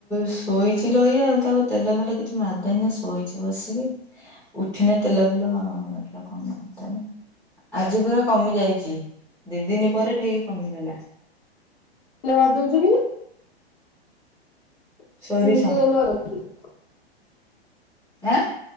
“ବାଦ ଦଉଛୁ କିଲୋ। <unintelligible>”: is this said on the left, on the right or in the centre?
Left